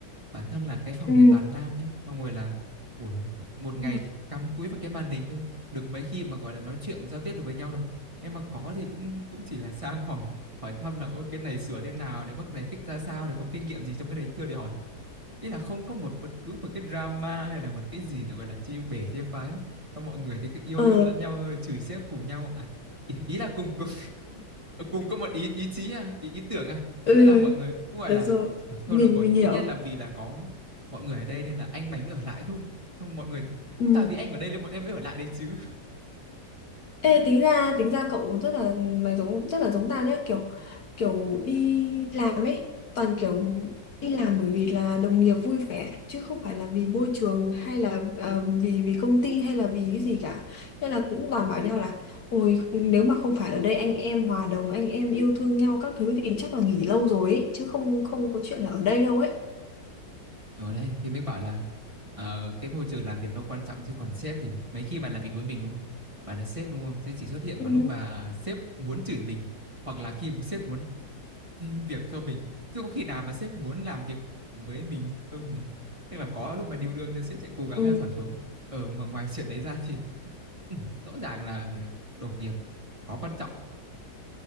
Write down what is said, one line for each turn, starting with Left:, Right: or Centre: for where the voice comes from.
Right: bản thân là cái phòng
Left: Ừ.
Right: thì toàn nam nhá xong rồi là buổi một
Left: Đúng
Right: ngày
Left: rồi.
Right: thì cắm cúi vào cái màn hình thôi được mấy khi mà gọi là nói chuyện giao tiếp được với nhau đâu em mà có thì cũng cũng chỉ là sang hỏi hỏi thăm là ôi cái này sửa thế nào này bước này fix ra sao để có kinh nghiệm gì trong cái này chưa để hỏi ý là không có một bất cứ một cái drama hay là một cái gì nữa gọi là chia bể chia phái á xong mọi người thì cứ yêu
Left: ờ
Right: thương lẫn nhau rồi chửi sếp cùng nhau à, ý, ý là cùng cùng Ờ, cùng có một ý ý chí à, ý ý tưởng à
Left: ừ
Right: thế là mọi người cũng gọi
Left: được
Right: là
Left: rồi
Right: "Ờ,
Left: mình
Right: thôi được rồi
Left: mình hiểu
Right: ít nhất là vì là có mọi người ở đây nên là anh mày mới ở lại thôi xong mọi người thì cũng
Left: ừ
Right: tại vì anh ở đây nên bọn em mới ở lại đây chứ
Left: Ê, tính ra tính ra cậu rất là mày giống rất là giống ta nhé kiểu kiểu đi làm ấy toàn kiểu đi làm bởi vì là đồng nghiệp vui vẻ chứ không phải là vì môi trường hay là ờ, vì vì công ty hay là vì cái gì cả nên là cũng toàn bảo nhau là ôi nếu mà không phải ở đây anh em hòa đồng anh em yêu thương nhau các thứ thì chắc là nghỉ lâu rồi ấy chứ không không có chuyện là ở đây đâu ấy
Right: ở đây thì mình bảo là ờ, cái môi trường làm việc nó quan trọng chứ còn sếp thì mấy khi mà làm việc với mình đúng không bạn là sếp đúng không sẽ chỉ xuất hiện
Left: ừ.
Right: vào lúc mà sếp muốn chửi mình hoặc là khi sếp muốn thêm việc cho mình chứ có khi nào mà sếp muốn làm việc với mình không nhỉ tức là có lúc mà điêu lương thì sếp sẽ cố gắng
Left: Ừ.
Right: ờ, giảm xuống ở ngoài, ngoài chuyện đấy ra thì <laughs> ừ, rõ ràng là ờ, đồng nghiệp có quan trọng